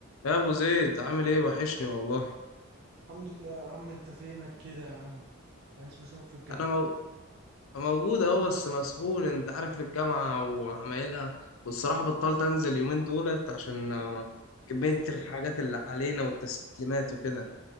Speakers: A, on the left; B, on the right.
A: يا ابو زيد عامل ايه وحشني والله
B: الحمد لله يا عم انت فينك كده يا عم ما انتش بشوفك في الجامعة
A: انا مو... موجود اهو بس مسحول انت عارف الجامعه وعمايلها والصراحه بطلت انزل يومين دولت عشان آه، كميه الحاجات اللي علينا والتسليمات وكده